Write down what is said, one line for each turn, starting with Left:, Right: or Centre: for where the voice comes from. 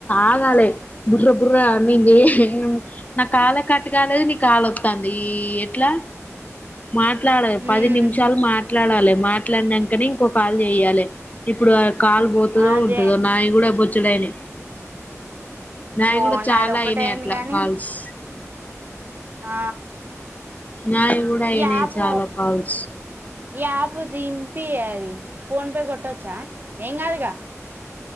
Left: ఆగాలి బుర్ర బుర్రా నం నా కాల్ కట్ కాలేదు నీ కాలుొస్తుంది ఎట్లా మాట్లాడాలి పది
Right: ఉమ్
Left: నిమిషాలు మాట్లాడాలి మాట్లాడినాకని ఇంకొక చేయాలి ఇప్పుడు కాలు పోతుందో
Right: అదే
Left: ఉంటదో నా కూడా చడనే నాయ
Right: ఓ
Left: కూడా చాలా
Right: నాది ఒకటే
Left: అయినాయి
Right: అయింది
Left: అట్లా
Right: గాని
Left: కాల్స్
Right: ఆ
Left: నాది కూడా అయిన
Right: ఈ యాప్
Left: చాలా కాల్స్
Right: ఈ ఆప్ దింపి అది ఫోన్ పే కొట్టవచ్చా ఎం కదుగా